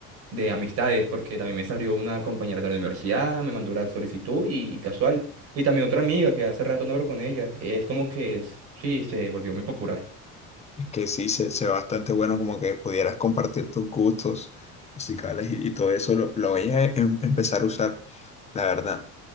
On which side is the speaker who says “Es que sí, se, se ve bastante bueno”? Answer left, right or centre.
Left